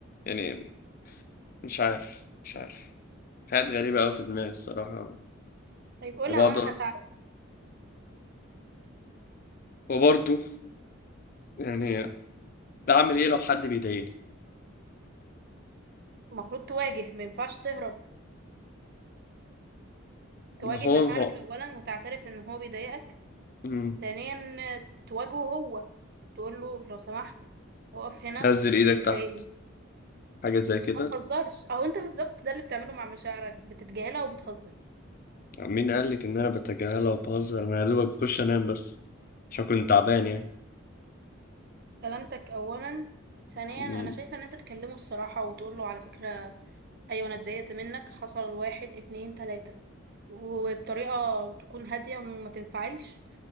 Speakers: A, on the left (about 45°); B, on the right (about 50°).
A: يعني مش عارف مش عارف في حاجات غريبة أوي في دماغي الصراحة
B: طيب قولها
A: وبقعد
B: وانا هساعدك
A: وبرضو يعني أعمل إيه لو حد بيضايقني
B: المفروض تواجه ما ينفعش تهرب تواجه
A: ما هو
B: مشاعرك
A: ما هو
B: اولا وتعترف ان هو بيضايقك
A: مم.
B: ثانيا تواجهه هو تقول له لو سمحت اقف هنا
A: نزل إيدك
B: انت بتضايقني
A: تحت حاجة زي كده
B: ما تهزرش او انت بالظبط ده اللي بتعمله مع مشاعرك بتتجاهلها وبتهزر
A: مين قالك إن أنا بتجاهلها وبهزر أنا يا دوبك بخش أنام بس عشان كنت تعبان يعني
B: سلامتك اولا ثانيا
A: مم.
B: انا شايفه ان انت تكلمه الصراحه وتقول له على فكره ايوه انا اتضايقت منك حصل واحد اتنين تلاتة وبطريقة تكون هادية وما تنفعلش